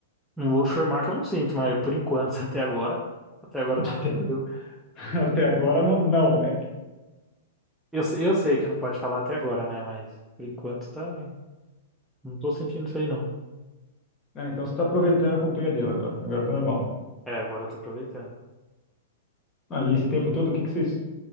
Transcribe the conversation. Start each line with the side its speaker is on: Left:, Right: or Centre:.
Centre: não vou afirmar que eu não sinto, mas por enquanto, <laughs> até agora, até
Left: <laughs>
Centre: agora
Left: Até,
Centre: tá tranquilo.
Left: até agora não, não, né?
Centre: Eu, se- eu sei que não pode falar até agora, né? Mas por enquanto tá. Não tô sentindo isso aí, não.
Left: Ah, então você tá aproveitando a companhia dela agora, agora tá normal.
Centre: É, agora eu tô aproveitando.
Left: Aí esse tempo todo, o que que vocês.